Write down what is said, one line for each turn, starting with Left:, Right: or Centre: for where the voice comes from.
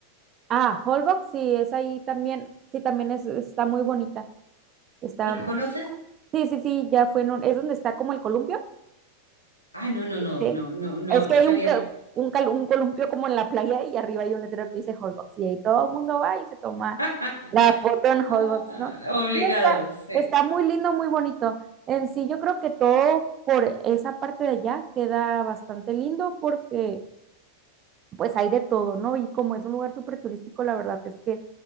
Right: Ah, Holbox, sí, es ahí también, sí, también es, está muy bonita, está
Left: ¿La
Right: bonita.
Left: conoces?
Right: Sí, sí, sí, ya fue en un, es donde está como el columpio.
Left: Ah, no, no, no,
Right: Sí.
Left: no, no, no
Right: Es que
Left: sabía
Right: hay un, ca-
Left: que.
Right: un, cal- un columpio como en la playa y arriba hay un letrero que dice Holbox y ahí todo el mundo va y se toma
Left: <laughs>
Right: la foto en Holbox,
Left: Ah,
Right: ¿no?
Left: Obligado,
Right: Sí, está,
Left: sí.
Right: está muy lindo, muy bonito. En sí, yo creo que todo por esa parte de allá queda bastante lindo porque pues hay de todo, ¿no? Y como es un lugar súper turístico, la verdad es que